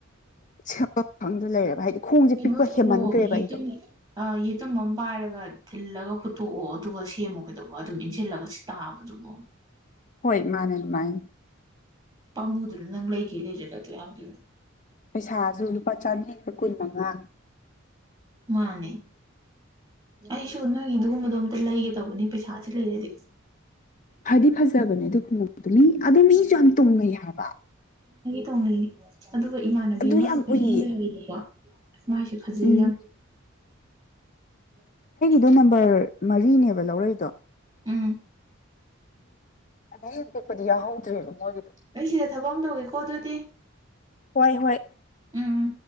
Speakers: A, on the left; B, on the right.
A: ꯁꯗ ꯂꯩꯦꯕ ꯍꯥꯏꯗꯤ ꯈꯣꯡꯁꯦ
B: ꯀꯩꯅꯣ
A: ꯄꯤꯛꯄ
B: ꯇꯧꯔꯣ
A: ꯍꯦꯃꯟꯈ꯭ꯔꯦꯕ
B: ꯌꯦꯇꯨꯝ
A: ꯑꯩꯗꯣ
B: ꯌꯦꯇꯨꯝ ꯑꯃ ꯄꯥꯏꯔꯒ ꯊꯤꯜꯂꯒ ꯍꯨꯠꯇꯣꯛꯑꯣ ꯑꯗꯨꯒ ꯁꯦꯝꯃꯨ ꯀꯩꯗꯧꯕ ꯑꯗꯨꯝ ꯏꯟꯁꯤꯜꯂꯒ ꯇꯥꯕꯗꯨꯕꯨꯣ
A: ꯍꯣꯏ ꯃꯥꯅꯦ ꯃꯥꯅꯦ
B: ꯄꯥꯝꯃꯨꯗꯨꯅ ꯅꯪ ꯂꯩꯒꯦ ꯂꯩꯔꯦꯒ ꯑꯗꯨ ꯌꯥꯝ ꯄꯤꯣ
A: ꯄꯩꯁꯥꯁꯨ ꯂꯨꯄꯥ ꯆꯥꯃꯔꯤꯒ ꯀꯨꯟ ꯃꯉꯥ
B: ꯃꯥꯅꯦ ꯑꯩꯁꯨ ꯅꯣꯏꯒꯤ ꯑꯗꯨꯒꯨꯝꯕꯗꯣ ꯑꯝꯇ ꯂꯩꯒꯦ ꯇꯧꯕꯅꯦꯩꯥ ꯂꯩ ꯍꯥꯏꯗꯤ
A: ꯐꯗꯤ ꯐꯖꯕꯅꯦ ꯑꯗꯨ ꯈꯨꯡꯗ ꯃꯤ ꯑꯗꯨ ꯃꯤꯁꯨ ꯌꯥꯝ ꯇꯣꯡꯉꯩ ꯍꯥꯏꯕ
B: ꯇꯧꯅꯤꯡ ꯑꯗꯨꯒ ꯏꯃꯥꯟꯅꯕꯤ
A: ꯑꯗꯨ
B: ꯑꯃꯈꯛ
A: ꯌꯥꯝ ꯎꯏꯌꯦ
B: ꯁꯪꯉ ꯂꯩꯍꯧꯋꯦꯕꯀꯣ ꯐꯖꯩ
A: ꯎꯝ
B: ꯌꯥꯝ ꯂꯩ <inaudible>
A: ꯔ ꯅꯝꯕꯔ ꯃꯔꯤꯅꯦꯕ ꯂꯧꯔꯩꯗꯣ
B: ꯎꯝ
A: ꯑꯗꯩ ꯍꯦꯟ ꯄꯤꯛꯄꯗꯤ ꯌꯥꯎꯍꯧꯗ꯭ꯔꯦꯕ ꯃꯣꯏꯒꯤꯗꯣ
B: ꯑꯩ ꯁꯤꯗ ꯊꯕꯛ ꯑꯃ ꯇꯧꯏꯤꯀꯣ ꯑꯗꯨꯗꯤ
A: ꯍꯣꯏ ꯍꯣꯏ
B: ꯎꯝ ꯎꯝ